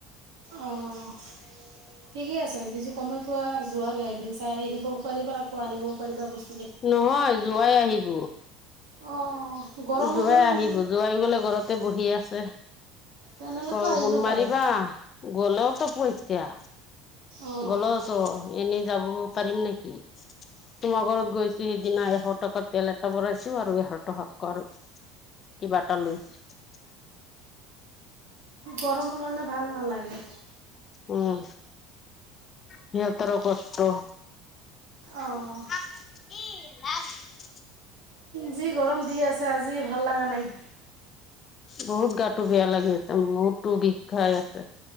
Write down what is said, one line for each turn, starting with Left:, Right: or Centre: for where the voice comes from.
Right: অ', <inaudible> ঠিকে আছে দিজি সময় পোৱা যোৱাগে এদিন চাই আহিবও পাৰিবা আকৌ আনিবও পাৰিবা বস্তু।
Left: নহয় যোৱাই আহিব।
Right: অ', গৰমো
Left: জোৱাই
Right: গৰম
Left: আহিব। জোৱাই বুলে ঘৰতে বহি আছে।
Right: তেনেহ'লেতো
Left: ক
Right: আহিবই
Left: ফোন মাৰিবা
Right: পাৰে
Left: গল তো পইতা।
Right: অ'।
Left: গলে তো এনেই যাব পাৰিম নেকি? তোমাৰ ঘৰত গৈছো সিদিনা, এশ টকাৰ তেল এটা ভৰাইছো। আৰু এ ঘৰত হক কৰ, কিবা এটা লৈছো।
Right: গৰমৰ কাৰণে ভাল নালাগে।
Left: উম, সিহঁতৰো কষ্ট।
Right: অ'।
Left: এল <unintelligible>
Right: যি গৰম দি আছে আজি ভাল লগা নাই।
Left: বহুত গাটো বেয়া লাগি আছে। মূৰটো বিষাই আছে।